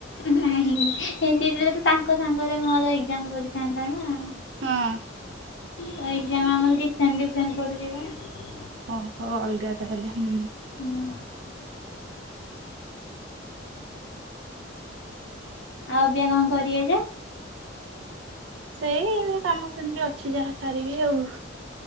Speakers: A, on the left (about 65°); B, on the right (about 70°).
A: ନାହିଁ। ହେମିତି ହେଇଥିଲେ ତ ତାଙ୍କ ସାଙ୍ଗରେ ମୋର ଏଜ୍ଜାମ୍ ପଡିଥାନ୍ତା ନା।
B: ହଁ।
A: ତ ଏଜ୍ଜାମ୍ ଆମର ଡିଫ୍ରେଣ୍ଟ ଡିଫରେଣ୍ଟ ପଡୁଚି ପା।
B: ଓହୋ ଅଲଗା ତାହେଲେ ହୁଁ।
A: <inaudible> ଆଉ ଅବିକା କଣ କରିବ ଯେ?
B: ସେଇ କାମ ସେମିତି ଅଛି ଯାହା ସାରିବି ଆଉ।